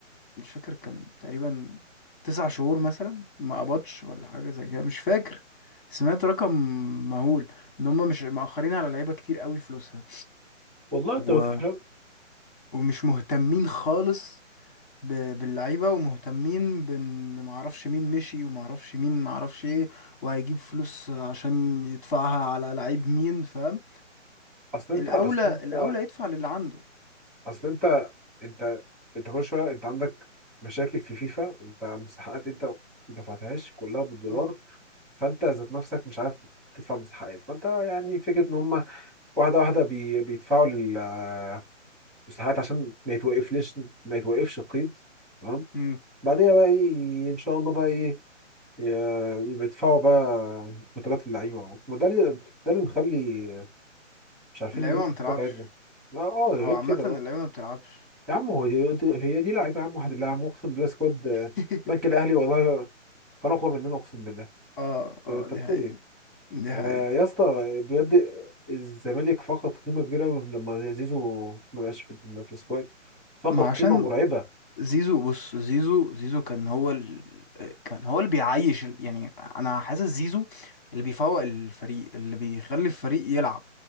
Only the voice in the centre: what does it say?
والله انت
ما تفهم
اصل انت
اصل انت
اصل انت انت انت كل شويه انت عندك مشاكل في فيفا انت مستحقات انت ما دفعتهاش كلها بالدولار
فانت ذات نفسك مش عارف تدفع مستحقات فانت يعني فكره ان هم واحده واحده بي بيدفعوا للمستحقات عشان ما يتوقفليش ما يتوقفش القيد تمام
بعدين بقى ايه ان شاء الله بقى ايه ي- بيدفعوا بقى مرتبات اللعيبه وده اللي ده اللي مخلي مش عارفين
نجيب صفقات
عدله لا اه غير
كده بقى
يا عم هو دي- دي- هي دي لعيبه يا عم واحد اللي عم اقسم بالله سكواد آه،
بنك الاهلي والله كان اقوى مننا اقسم بالله
انت
بتقول
ايه
آه
يا اسطى بجد الزمالك فقد قيمه كبيره أوي لما زيزو ما بقاش في ال- في السكواد فقد
قيمه
مرعبه